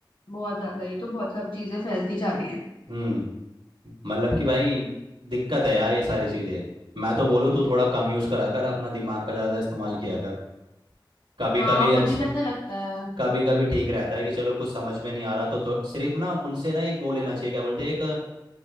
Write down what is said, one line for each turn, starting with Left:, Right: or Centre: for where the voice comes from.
Left: बहुत ज्यादा ये तो बहुत सब चीजें फैलती जा रही है
Right: हम्म मतलब कि भाई दिक्कत है यार ये सारी चीजें मैं तो बोलूँ तू थोड़ा कम यूज करा कर अपना दिमाग का ज्यादा इस्तेमाल किया कर कभी
Left: हाँ
Right: कभी
Left: मुझे
Right: अच्छी
Left: भी ऐसा लगता है
Right: कभी कभी ठीक रहता है कि चलो कुछ समझ में नहीं आ रहा तो थो- सिर्फ ना उनसे ना एक वो लेना चाहिए क्या बोलते हैं एक